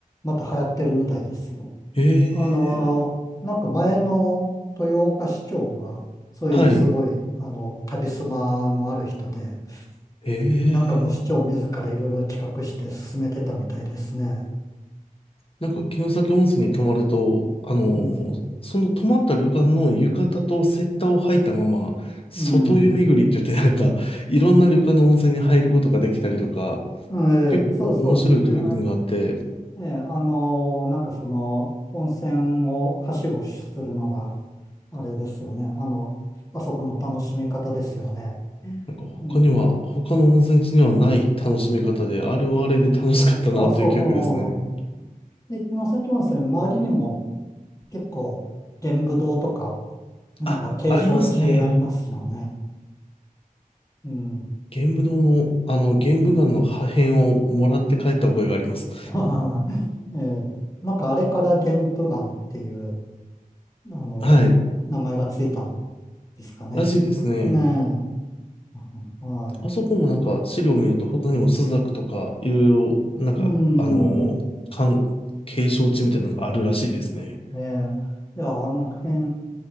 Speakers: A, on the left; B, on the left.
A: また流行ってるみたいですよ。
B: へえ、
A: あのー、なんか前の豊岡市長が、そういうのすごい、
B: はい。
A: あの、カリスマのある人で、
B: へえ、
A: なんかもう市長自らいろいろ企画して進めてたみたいですね。
B: なんか城崎温泉に泊まると、あのーその泊まった旅館の浴衣とセッターを履いたまま、
A: うん。
B: 外湯巡りって言ってなんか、
A: うん。
B: いろんな旅館の温泉に入ることができたりとか、
A: ええ、
B: 結構面白い取り組みがあって、
A: そうそうですね。ええ、ええ、あのーなんかその、温泉をはしごするのが、あれですよね。あの、あそこの楽しみ方ですよね。
B: なんか他には、
A: うん。あ、
B: 他の温泉地にはない楽しみ方で、あれはあれで楽しかったなという記憶ですね。
A: そあ、そう。で、城崎温泉、周りにも結構、玄武洞とか、なんか景勝地ありますよね。
B: あ、ありますね。
A: うん。
B: 玄武堂の、あの、玄武岩の破片をもらって帰った覚えがあります。
A: <laughs> あーえーなんかあれから玄武岩っていう、あの、
B: はい。
A: 名前がついたんですかね。
B: らしいですね。
A: ねえ。はい。
B: あそこもなんか資料を見ると他にもスザクとかいろいろなんかあのー、
A: うーん。
B: かん、景勝地みたいなのがあるらしいですね。
A: ええ。いや、あの辺